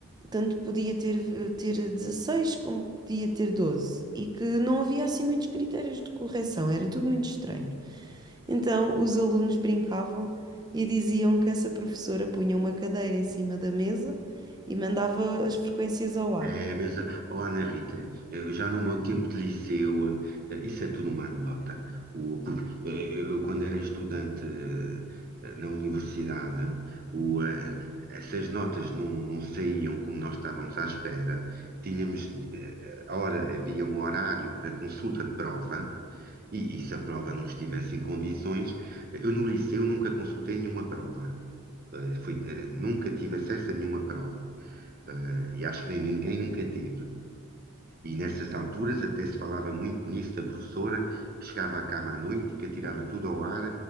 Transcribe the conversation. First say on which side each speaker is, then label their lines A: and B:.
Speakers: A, on the right; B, on the right.
A: tanto podia ter, ter 16 como podia ter 12 e que não havia assim muitos critérios de correção, era tudo muito estranho. Então, os alunos brincavam e diziam que essa professora punha uma cadeira em cima da mesa e mandava as frequências ao ar.
B: É, mas, oh, Ana Rita, eu já no meu tempo de liceu, eh, isso é tudo uma anedota. O, porque, eh, eu, quando era estudante eh, na universidade, o, eh, essas notas não, não saíam como nós estávamos à espera. Tínhamos, eh, hora, havia um horário para consulta de prova, e, e se a prova não estivesse em condições, eu no liceu nunca consultei nenhuma prova. Eh, foi- eh, nunca tive acesso a nenhuma prova eh, e acho que nem ninguém nunca teve. E nessas alturas até se falava muito nisso da professora que chegava à cama à noite e que atirava tudo ao ar,